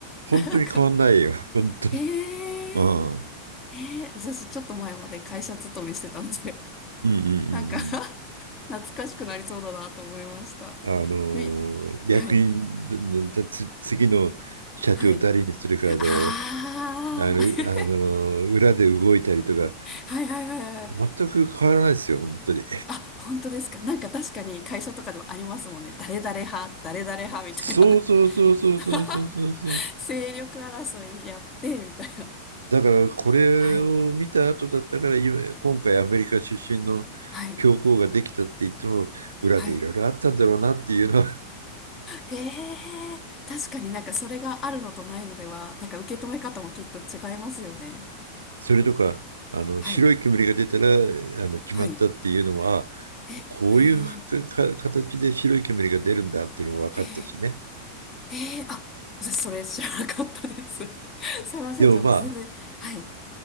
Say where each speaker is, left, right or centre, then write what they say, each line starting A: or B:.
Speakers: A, on the right (about 75°); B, on the left (about 25°).
A: 本当に変わんないよ、
B: なんか、
A: 本当に。
B: へえ、
A: うん、うん、
B: へえ、私ちょっと前まで会社勤めしてたんで
A: うん、うん。う
B: なんか <laughs>
A: ん
B: 懐かしくなりそうだなと思いました。
A: あの、
B: み、
A: 役員、
B: はい、
A: だだつ次の社長誰にするかで、
B: はい。ああ
A: あの、あの、
B: <laughs>
A: 裏で動いたりとか、
B: はいはいはいはい。
A: 全く変わらないですよ、本当に。
B: あ、本当ですか。なんか確かに会社とかでもありますもんね。誰々派、誰々派みたいな。
A: そうそうそうそうそうそうそうそう。
B: <laughs> 勢力争いやってみたいな。
A: だからこれを見た後だったから、
B: はい、
A: 今今回アメリカ出身の教皇ができたって言っても、
B: はい、
A: 裏でいろいろあったんだろうなっていうのは、
B: はい。へえ、確かになんかそれがあるのとないのでは、なんか受け止め方もきっと違いますよね。
A: <laughs> それとか、あの白い煙が出たら
B: はい、
A: あの決まったっていうのも、
B: はい。
A: あ
B: え、
A: こういうか形で白い煙が出るんだっていうのも分かったしね。
B: へえ、へえ。ええあ、私それ知らなかったです。<laughs> すいません、
A: でもま
B: ちょっと全然。はい。